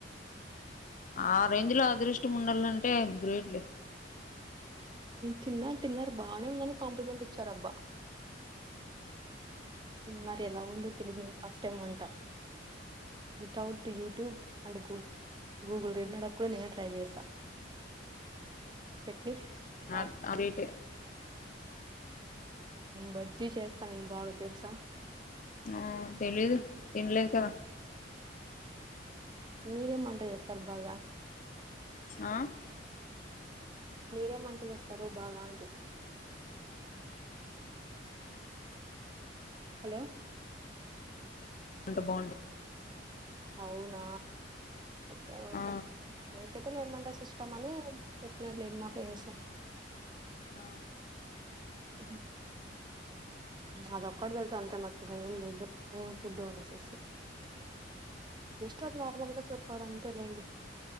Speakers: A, on the left; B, on the right.
A: ఆ రేంజ్ లో అదృష్టం వొండాల అంటే గ్రేట్లే
B: తిన్నారు తిన్నారు బాగానే ఉందని కాంప్లిమెంట్ ఇచ్చారు అబ్బా మరి ఎలా ఉందో తెలుగు నేను ఫస్ట్ టైమ్ ఉంటా వితౌట్ యూట్యూబ్ అండ్ గూగు గూగుల్ రీడ్నడ కూడా నేనే ట్రై చేసా చట్నీ చేస్తాను బా
A: ఆ అవేటి
B: బజ్జీ చేస్తా నేను బాగా తెలుసా
A: ఆ తెలీదు తినలేదు కదా
B: మీరేం అంటది చేసార్ బాగా
A: ఆ
B: మీరేం వంట చేస్తారు బాగా అంటడి హలో
A: ట బాగుంట
B: అవునా ఓపే ఒకే
A: ఆ
B: <inaudible> లేమంట సిస్టమని చెప్పినర్ లేండి మా ఫ్రెండ్స్
A: ఆ
B: అ అదొక్కటి తెలుసు అంతే మాకు ఇంకా ఏం లేదు ఏం ఫుడ్ అనేసేసి జస్ట్ అది నార్మల్గా చెప్పారు అంతే లేండి